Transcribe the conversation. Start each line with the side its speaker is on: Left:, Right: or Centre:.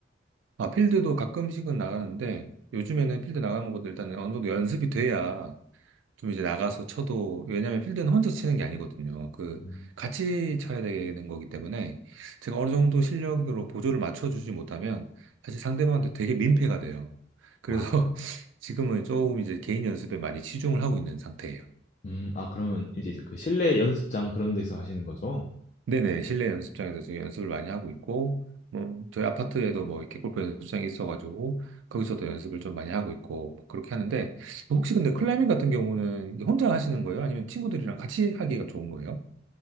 Right: 아, 필드도 가끔씩은 나가는데 요즘에는 필드 나가는 것보다 일단은 어느 정도 연습이 돼야 좀 이제 나가서 쳐도, 왜냐면 필드는 혼자 치는 게 아니거든요. 그,
Left: 음.
Right: 같이 쳐야 되는 거기 때문에 제가 어느 정도 실력으로 보조를 맞춰주지 못하면 사실 상대방한테 되게 민폐가 돼요. 그래서
Left: 아,
Right: <laughs> 지금은 조금 이제 개인 연습에 많이 치중을 하고 있는 상태예요.
Left: 음, 아, 그러면 이제 그 실내 연습장 그런 데서 하시는 거죠?
Right: 네네, 실내 연습장에서 지금 연습을 많이 하고 있고, 뭐, 저희 아파트에도 뭐 이렇게 골프 연습장이 있어가지고, 거기서도 연습을 좀 많이 하고 있고, 뭐 그렇게 하는데, 혹시 근데 클라이밍 같은 경우는 혼자 하시는 거예요? 아니면 친구들이랑 같이 하기가 좋은 거예요?